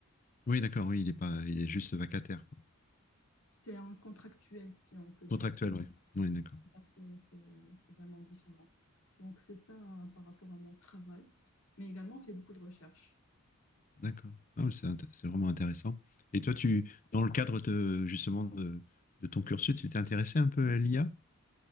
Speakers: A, on the left; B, on the left.
A: Oui, d'accord, oui, il est pas, il est juste vacataire, quoi.
B: C'est un contractuel, si on peut dire.
A: Contractuel, oui. Oui, d'accord,
B: C'est c'est c'est vraiment différent. Donc, c'est ça euh, par rapport à mon travail. Mais également, on fait beaucoup de recherches.
A: d'accord. Ah, ouais, c'est int- c'est vraiment intéressant. Et toi, tu, dans le cadre de, justement de, de ton cursus, tu t'es intéressé un peu à l'IA?